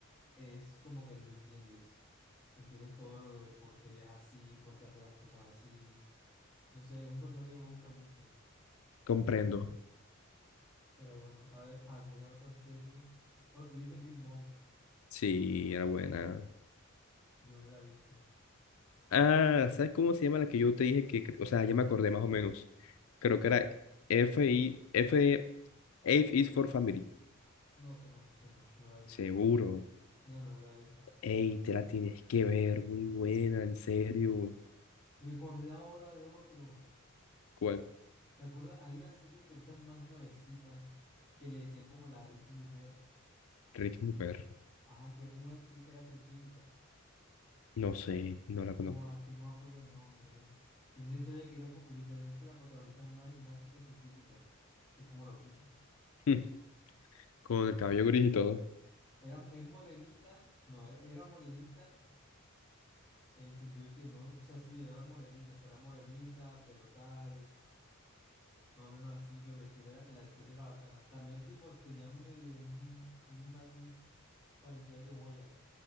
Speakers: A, in the centre; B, on the left (about 75°).
A: es como que lo entiendes, entiendes todo lo de por qué ella es así, por qué hace las cosas así, no sé, es un personaje que me gusta mucho,
B: Comprendo.
A: pero bueno, a ver, alguna otra serie, oh, tú dijiste Big Mount,
B: Sí, era buena.
A: yo no me la he visto,
B: Ah, ¿sabes cómo se llama la que yo te dije que, cre- o sea, ya me acordé más o menos. Creo que era F, I, F, F is for Family.
A: no, o sea, no me suena, no la he
B: Seguro.
A: visto, no, no me la he visto,
B: Ey, te la tienes que ver, muy buena, en serio.
A: me acordé ahora de otro.
B: ¿Cuál?
A: ¿Te acuerdas? Hay una serie, pero esta es más nuevecita, que le decían como la Rick Mujer.
B: Ricky Mujer.
A: Ajá, que era como una chica que era científica.
B: No sé, no la
A: Oh,
B: conozco.
A: ah, que no me acuerdo el nombre. Tenía una historia que era como- literalmente la protagonista es una, una chica científica, que es como loquita.
B: <laughs> Con el cabello gris y todo.
A: Era, es morenita, no, era era morenita, en el sentido de que no, o sea, sí, era morenita, o sea, era morenita, pelo tal, más o menos así, pero la historia, era- la historia era bacana. También, tipo, tenía medio un, un matiz parecido al de Boyac,